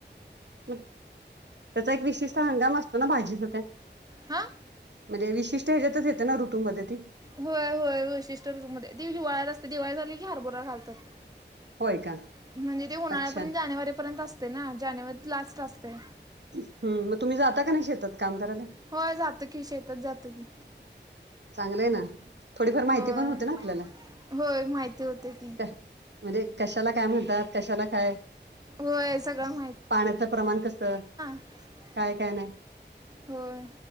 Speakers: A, on the right (about 70°); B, on the right (about 20°).
A: <unintelligible> त्याचा एक विशिष्ट हंगाम असतो ना भाजीचा त्या?
B: हा
A: म्हणजे विशिष्ट ह्याच्यातच येत ना ऋतूमध्ये ती?
B: होय होय विशिष्ट रूतूमध्ये, तीं हिवाळ्यात असते, दिवाळी झाली की हरबरा घालतात.
A: होय का?
B: म्हणजे ते उन्हाळ्यापर्यंत
A: अच्छा
B: जानेवारीपर्यंत असते ना जानेवारीत लास्ट असते.
A: हम् मग तुम्ही जाता का, नाही शेतात काम करायला?
B: हो य जातो की, शेतात जातो की.
A: चांगलंय ना थोडीफार माहिती
B: होय
A: पण होते ना आपल्याला,
B: होय माहिती होते की
A: का. म्हणजे कशाला, काय म्हणतात? कशाला काय,
B: होय सगळं
A: पाण्याचं प्रमाण कसं?
B: ह <unintelligible>
A: काय काय नाय?
B: होय,